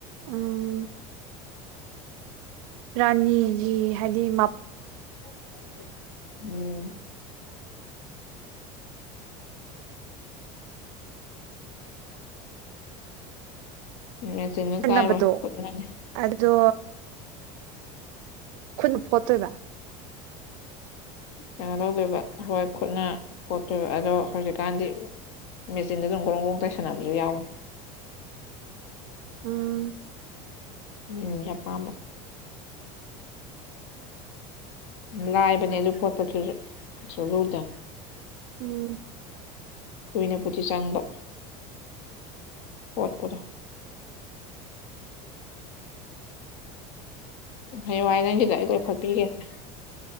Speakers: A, on the right (about 75°); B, on the left (about 70°).
A: ꯎꯝ ꯔꯥꯅꯤꯒꯤ ꯍꯥꯏꯗꯤ ꯃꯥ
B: ꯎꯝ <unintelligible> <inaudible> ꯅꯆꯤꯟꯂ
A: ꯁꯤꯖꯤꯟꯅꯕꯗꯣ
B: ꯇꯥꯏꯔꯣꯏ ꯈꯣꯠꯅꯅꯤ
A: ꯑꯗꯣ ꯑꯩꯈꯣꯏꯅ ꯐꯣꯠꯇꯣꯏꯗ
B: ꯀꯩꯅꯣ ꯇꯗꯣꯏꯕ ꯍꯣꯏ ꯈꯨꯠꯅ ꯄꯣꯠꯇꯣꯏꯕ ꯑꯗꯣ ꯍꯧꯖꯤꯛꯀꯥꯟꯗꯤ ꯃꯦꯆꯤꯟꯗ ꯑꯗꯨꯝ ꯒꯣꯔꯣꯡ ꯒ꯭ꯔꯣꯡ ꯇꯥꯏ ꯁꯥꯟꯅꯕꯁꯨ ꯌꯥꯎꯅꯤ
A: <unintelligible> <inaudible> ꯎꯝ
B: ꯎꯝ ꯆꯄꯥꯟꯝꯕ ꯂꯥꯏꯕꯅꯦ ꯑꯗꯨ ꯈꯣꯠꯄꯗꯨ ꯁꯂꯨꯗꯕ
A: ꯎꯝ
B: ꯀꯨꯏꯅꯕꯨꯗꯤ ꯆꯥꯡꯕ ꯍꯣꯠꯄꯗꯣ ꯍꯌꯦ ꯋꯥꯏ ꯅꯪꯒꯤꯗ ꯑꯩ ꯂꯣꯏꯐꯠꯄꯤꯒꯦꯁꯦ